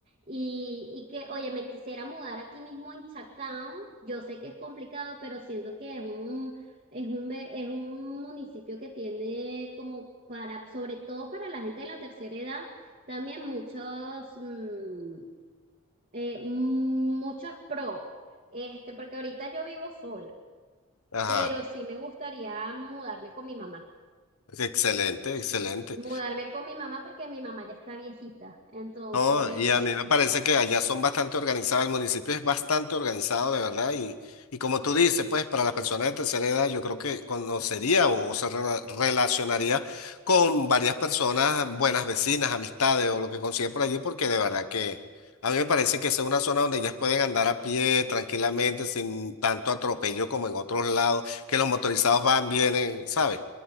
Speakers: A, on the right; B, on the left.
A: y, y que, oye, me quisiera mudar aquí mismo en Chacao. Yo sé que es complicado, pero siento que es un, es un, ve- es un municipio que tiene como para, sobre todo para la gente de la tercera edad, también muchos, mm, eh, muchos pro, este, porque ahorita yo vivo sola,
B: Ajá.
A: pero sí me gustaría mudarme con mi mamá.
B: Excelente, excelente.
A: Mudarme con mi mamá porque mi mamá ya está viejita. Entonces,
B: No, y a mí me parece que allá son bastante organizados, el municipio es bastante organizado de verdad y, y como tú dices, pues para las personas de tercera edad yo creo que conocería o, o se rela- relacionaría con varias personas, buenas vecinas, amistades o lo que consigue por allí, porque de verdad que a mí me parece que esa es una zona donde ellas pueden andar a pie tranquilamente sin tanto atropello como en otros lados, que los motorizados van, vienen, ¿sabes?